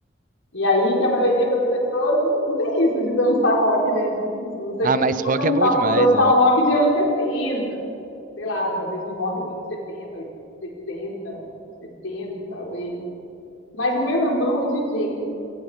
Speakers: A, on the left (about 80°); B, on the right (about 45°).
A: E aí que a maioria das pessoas não, não tem isso de dançar rock, né? É difícil. A não ser
B: Ah,
A: que a
B: mas
A: gente for
B: rock
A: cantar
B: é bom demais,
A: um, dançar um rock de anos sessenta sei lá, talvez um rock dos anos setenta sessenta 70, talvez. Mas o meu irmão é DJ.